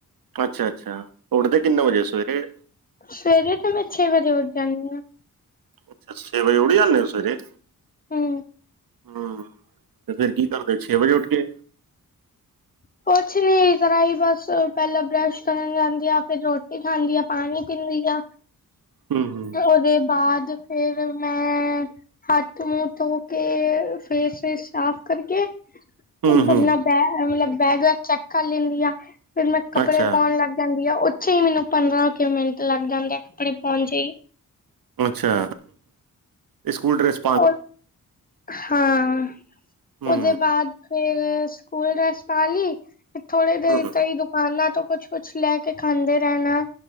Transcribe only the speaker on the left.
ਸਵੇਰੇ ਤੇ ਮੈਂ ਛੇ ਵਜੇ ਉਠ ਜਾਨੀਆਂ।
ਹੂੰ
ਕੁਛ ਨੀ ਇਸਰ੍ਹਾਂ ਹੀ ਬਸ ਪਹਿਲਾਂ ਬਰੱਸ਼ ਕਰਨ ਜਾਂਦੀ ਆ ਫੇਰ ਰੋਟੀ ਖਾਂਦੀ ਆ ਪਾਣੀ ਪੀਂਦੀ ਆ
ਉਹਦੇ ਬਾਦ ਫੇਰ ਮੈਂ ਹੱਥ ਮੂੰਹ ਧੋ ਕੇ ਫੇਸ ਵੇਸ ਸਾਫ਼ ਕਰਕੇ <unintelligible>
ਨਾ ਬੈਗ ਮਤਲਬ ਬੈਗ ਚੈੱਕ ਕਰ ਲੈਂਦੀ ਆ। ਫਿਰ ਮੈਂ ਕੱਪੜੇ
ਪਾਉਣ ਲੱਗ ਜਾਂਦੀ ਆ ਉਥੇ ਹੀ ਮੈਨੂੰ ਪੰਦਰਾ ਮਿੰਟ ਲੱਗ ਜਾਂਦੇ ਹੈ ਕੱਪੜੇ ਪਾਉੱਣ ਚ ਹੀ।
ਉਹ ਹਾਂ
ਉਹਦੇ ਬਾਦ ਫੇਰ ਸਕੂਲ ਡੈ਼੍ਸ ਪਾ ਲਈ ਥੋੜੇ ਦੇਰ
ਤਈ ਦੁ ਕਨਾ ਤੋਂ ਕੁਛ-ਕੁਛ ਲੈ ਕੇ ਖਾਂਦੇ ਰਹਿਣਾ।